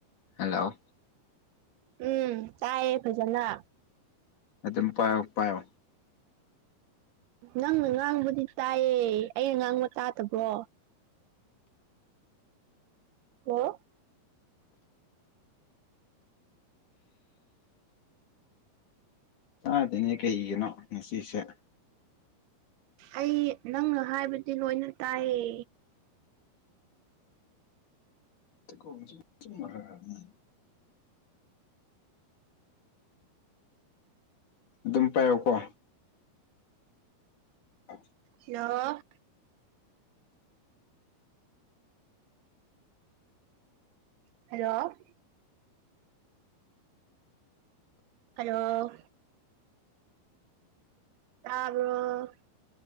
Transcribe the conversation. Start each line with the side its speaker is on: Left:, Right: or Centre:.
Left: ꯍꯦꯜꯂꯣ
Right: ꯎꯝ ꯇꯥꯏꯌꯦ ꯐꯖꯅ
Left: ꯑꯗꯨꯝ ꯄꯥꯏꯌꯣ ꯄꯥꯏꯌꯣ
Right: ꯅꯪꯅ ꯉꯥꯡꯕꯗꯤ ꯇꯥꯏꯌꯦ ꯑꯩꯅ ꯉꯥꯡꯕ ꯇꯥꯗꯕ꯭ꯔꯣ ꯂꯣ
Left: ꯇꯥꯗꯦꯅꯦ ꯀꯩꯒꯤꯅꯣ ꯉꯁꯤꯁꯦ
Right: ꯑꯩ ꯅꯪꯅ ꯍꯥꯏꯕꯗꯤ ꯂꯣꯏꯅ ꯇꯥꯏꯌꯦ
Left: <unintelligible> ꯑꯗꯨꯝ ꯄꯥꯏꯌꯣꯀꯣ <inaudible>
Right: ꯍꯤꯜꯂꯣ ꯍꯜꯂꯣ ꯍꯜꯂꯣ ꯇꯥꯕ꯭ꯔꯣ